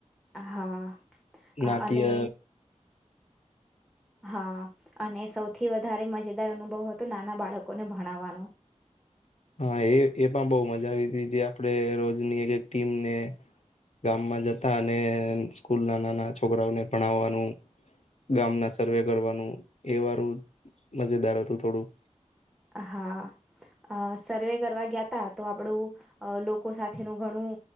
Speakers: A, in the centre; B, on the left.
A: હા
B: નાટ્ય
A: અને હા અને સૌથી સૌથી વધારે મજેદાર અનુભવ હતો નાના બાળકોને ભણાવવાનો
B: હા એ એ પણ બહુ મજા જે આપડે રોજની એક એક ટીમને ગામમાં જતા અને સ્કૂલ ના નાના છોકરાઓને ભણાવવાનું ગામ ના સર્વે કરવાનું એ વારું મજેદાર હતું થોડું
A: હા અ સર્વે કરવા ગયા ત તો આપડું લોકો સાથેનું ઘણું